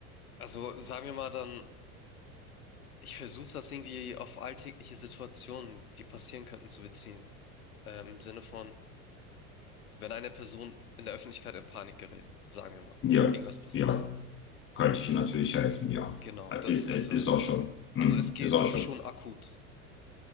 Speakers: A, on the left; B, on the left.
A: Also sagen wir mal dann Ich versuche das irgendwie auf alltägliche Situationen, die passieren könnten, zu beziehen. Ähm, Im Sinne von, wenn eine Person in der Öffentlichkeit in Panik gerät, sagen wir mal,
B: Ja,
A: irgendwas passiert.
B: ja, könnte ich Ihnen natürlich helfen, ja.
A: Genau, das,
B: Ist,
A: das
B: ist,
A: war.
B: ist auch schon. Hm,
A: Also es geht
B: ist auch schon.
A: schon akut.